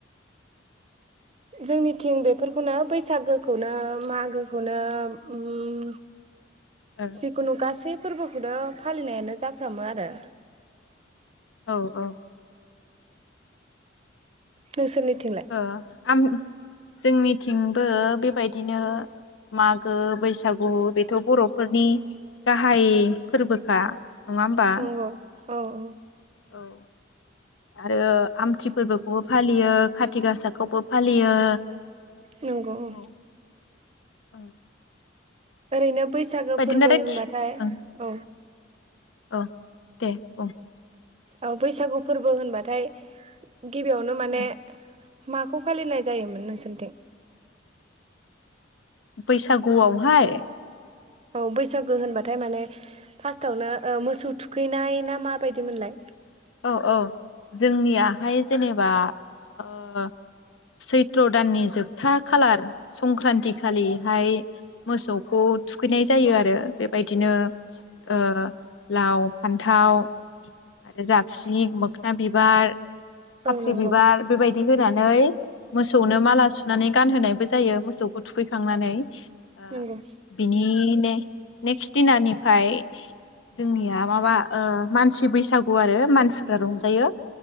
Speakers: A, on the right (about 30°); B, on the left (about 80°).
A: जोंनिथिं बेफोरखौनो बैसागोखौनो मागोखौनो उम
B: ओ
A: जिखुनु गासै फोरबोखौनो फालिनायानो जाफ्रामो आरो
B: औ औ
A: नोंसोरनिथिंलाय
B: ओ आम जोंनिथिंबो बेबायदिनो मागो बैसागु बेथ' बर'फोरनि गाहाय फोरबोखा नङा होमबा?
A: नंगौ औ औ
B: औ आरो आमथि फोरबोखौबो फालियो खाथि गासाखौबो फालियो
A: नंगौ अ
B: औ ओं
A: ओरैनो बैसागो
B: बेबायदिनो
A: फोरबो
B: आरोखि
A: होनबाथाय औ
B: ओं औ दे औ
A: औ बैसागु फोरबो होनबाथाय गिबियावनो माने
B: ओं
A: माखौ फालिनाय जायोमोन नोंसोनिथिं
B: बैसागुआवहाय
A: औ बैसागो होनबाथाय माने फास्टआवनो ओ मोसौ थुखैनाय ना माबायदिमोनलाय
B: औ औ जोंनियाहाय जेनेबा ओ सैथ्र' दाननि जोबथा खालार संक्रान्ति खालिहाय मोसौखौ थुखैनाय जायो आरो बेबायदिनो ओ लाव फान्थाव ओजाबस्रिं मोखोना बिबार
A: औ
B: खाथ्रि
A: नंगौ
B: बिबार बेबायदि होनानै मोसौनो माला सुनानै गानहोनायबो जायो मोसौखौ थुखैखांनानै ओ
A: नंगौ
B: बिनि ने नेक्स‌ दिनानिफाय जोंनिया माबा ओ मानसि बै सागु आरो मानसिफ्रा रंजायो